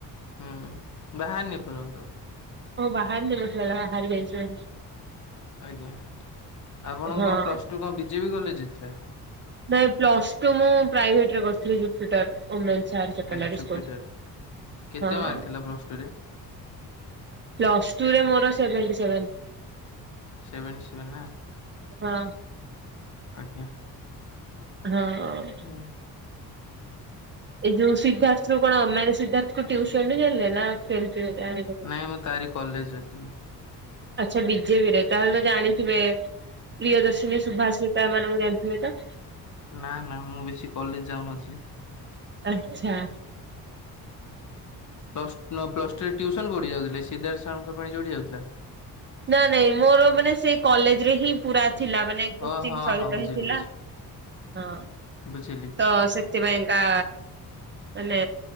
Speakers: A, on the left; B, on the right.
A: ହୁଁ, ବାହାରନି ପର୍ଯ୍ୟନ୍ତ।
B: ଓ ବାହାର ନି ବସିଗଲା ବାହାରି ଯାଇଛି।
A: ଆଜ୍ଞା, ଆପଣ
B: ହଁ।
A: କଣ ପ୍ଲସ୍ ଟୁ କଣ ବିଜେପି କଲେଜ ଥିଲା?
B: ନାଇଁ ପ୍ଲସ ଟୁ ମୁଁ ପ୍ରାଇଭେଟରେ କରିଥିଲି ଜୁପିଟର। ଓମେନ୍ସ ହାୟର ସେକେଣ୍ଡାରି
A: ଏ ଜୁପିଟର।
B: ସ୍କୁଲ,
A: କେତେ
B: ହଁ।
A: ମାର୍କ ଥିଲା ପ୍ଲସ ଟୁ ରେ
B: ପ୍ଲସ୍ ଟୁରେ ମୋର ସେଭେଣ୍ଟି ସେଭେନ।
A: ସେଭେଣ୍ଟି ସେଭେନ୍ ନା?
B: ହଁ।
A: ଆଜ୍ଞା।
B: ହଁ।
A: ହୁଁ।
B: ଏଯୋଉ ସିଦ୍ଧାନ୍ତରୁ କଣ ମାନେ ସିଦ୍ଧାନ୍ତକୁ ଟିୟୁସନ ଛାଡ଼ିଲେ ନା କେମିତି ଆଣିଲେ?
A: ନାଇଁ ମୁଁ ତାରି କଲେଜରେ ଥିଲି।
B: ଆଚ୍ଛା। ବିଜେପି ରେ ତାହେଲେ ତ ଜାଣିଥିବେ ପ୍ରିୟଦର୍ଶିନୀ ସୁଭାଶି ତା ମାନଙ୍କୁ ଜାଣିଥିବେ ତ?
A: ନା ନା ମୁଁ ବେଶୀ କଲେଜ ଯାଉନଥିଲି।
B: ଆଛା।
A: ପ୍ଲ ପ୍ଲସ ଟୁରେ ଟିୟୁସନ କୋଉଠିକୁ ଯାଉଥିଲେ? ସିଦ୍ଧାନ୍ତ ସାରଙ୍କ ପାଇଁ ଯୋଡିଠିକି ଯାଉଥିଲା।
B: ନା ନାଇଁ ମୋର ମାନେ ସେ କଲେଜ ରେ ହିଁ ପୁରା ଥିଲା ମାନେ କୋଚିଙ୍ଗ
A: ଓ ହଁ
B: ସହିତ
A: ହଁ ବୁଝିଲି
B: ହିଁ ଥିଲା।
A: ବୁଝି
B: ହଁ
A: ବୁଝିଲି
B: ତ ସେ ସେଥିପାଇଁ କା ମାନେ